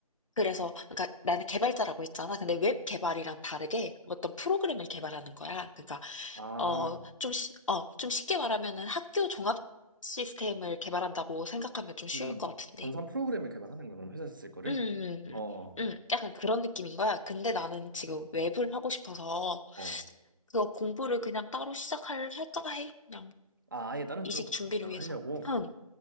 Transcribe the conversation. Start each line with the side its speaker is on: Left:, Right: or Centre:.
Left: 그래서 그러니까 나는 개발자라고 했잖아. 근데 웹 개발이랑 다르게 어떤 프로그램을 개발하는 거야. 그러니까
Right: 어. 아.
Left: 어, 좀, 시, 어, 좀 쉽게 말하면은 학교 종합 시스템을 개발한다고 생각하면 좀 쉬울
Right: 응. 응.
Left: 것 같은데.
Right: 전산 프로그램을 개발하는 거야. 그럼 회사에서 쓸 거를?
Left: 음, 음, 음,
Right: 어.
Left: 음. 음, 약간 그런 느낌인 거야. 근데 나는 지금 웹을 하고 싶어서
Right: 어.
Left: 그거 공부를 그냥 따로 시작할, 할까 해. 그냥
Right: 아, 아예 다른
Left: 이직
Right: 쪽으로
Left: 준비를
Right: 다양하려고?
Left: 위해서. 응,